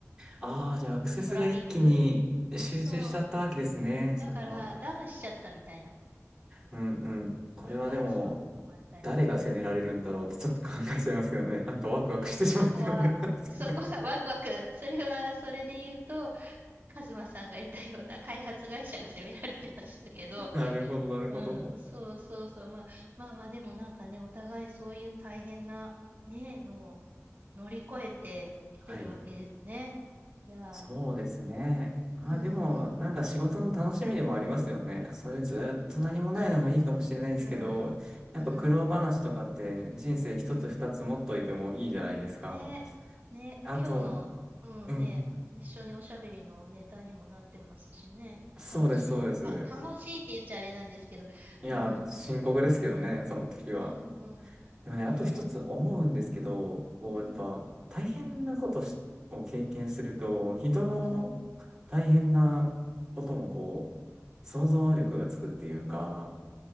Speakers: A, on the right; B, on the right.
A: ああ、じゃあアクセスが一気に集中しちゃったわけですね、
B: トラフィックそう。だからダウンしちゃったみたいな。
A: それは。うんうん。これはでも、
B: なんかそういうのもあったり。
A: 誰が責められるんだろうってちょっと考えちゃいますけどね。なんかワクワクしてしまってあれなんですけどね。
B: うんそこは、そこはワクワク。それは、それで言うと、カズマさんがいたような開発会社が責められてましたけど、
A: <laughs> なるほど、なるほど。
B: うん、そうそうそう。まあ、まあまあ、でもなんかね、お互いそういう大変な、ね、のを乗り越えてきてるわけですね。
A: はい。
B: いやー、
A: そうですね。まあでも、
B: うんうん、
A: なんか仕事の楽しみでもありますよね。そういうずっと何もないのもいいかもしれないですけど、
B: うん、うん、
A: やっぱ苦労話とかって人生一つ二つ持っといてもいいじゃないですか。
B: うん、うん。ね、ね、
A: あと、
B: 今日の、うんね、
A: うん。
B: 一緒におしゃべりのネタにもなってますしね、
A: そうです、
B: 楽しい、
A: そうです。
B: た、楽しいって言っちゃあれなんですけど、
A: いや、
B: うん、
A: 深刻ですけどね、
B: と思いますね。
A: その時は。
B: うん、うん、
A: でもね、
B: ねえ、
A: あと一つ思うんですけど、
B: うん、
A: こう、
B: うん、
A: やっぱ、大変なことしを経験すると、人の大変なこともこう、
B: うん。
A: 想像力がつくっていうか、